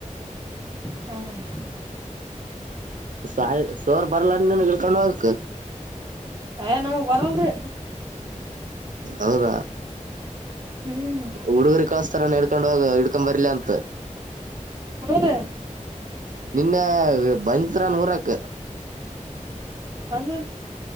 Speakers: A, on the right; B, on the right.
A: ಹೌದು
B: ಸಾಯಿ ಸೋರ್ ಬರ್ಲಾರ ನೀನ್ ಇಳ್ಕೊಂಡ್ ಹಕ್
A: ಏ ನಮಗ್ ಬರಲ್ರಿ
B: ಹೌದಾ..
A: ಹ್ಮ್
B: ಹುಡುಗರು ಕಳಸ್ತಾರಾನ ಹಡ್ಕೊಂಡ ಹೋಗ ಹಿಡ್ಕೊ ಬರ್ಲಿ ಅಂತ
A: ಹ್ಮದ
B: ನಿನ್ನೆ ಬಂದರ ನೂರಕ
A: ಒಂದ